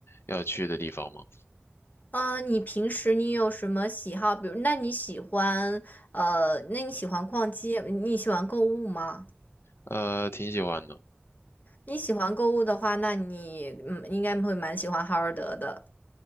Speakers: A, on the left; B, on the left.
A: 要去的地方吗？
B: 嗯，你平时你有什么喜好？比如，那你喜欢呃，那你喜欢逛街，你喜欢购物吗？
A: 呃，挺喜欢的。
B: 你喜欢购物的话，那你嗯应该会蛮喜欢哈尔德的。